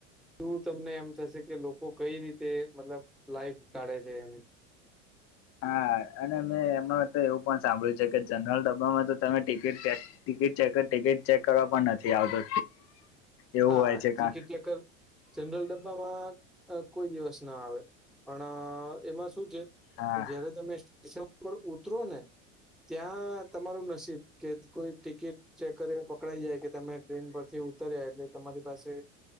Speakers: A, in the centre; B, on the left.
A: શું તમને એમ થશે કે લોકો કઈ રીતે મતલબ લાઈફ કાઢે છે, એમ
B: હા અને મેં એમાં તો એવું પણ સાંભળ્યું છે, કે જનરલ ડબ્બામાં તો તમે ટિકિટ ક્યાંક. ટિકિટ ચેકર ટિકિટ ચેક કરવા પણ નથી આવતો, એવું
A: હા
B: હોય છે
A: એ ટીકીટ
B: કા
A: ચેકર, જનરલ ડબ્બામાં કોઈ દિવસના આવે પણ એમાં શું છે,
B: હા
A: તો જયારે તમે સ્ટેશન ઉપર ઉતરોને, ત્યાં તમારું નસીબ કે કોઈ ટિકિટ, ચેક કરી પકડાઈ જાય કે તમે ટ્રેન પરથી ઉતર્યા એટલે, તમારી પાસે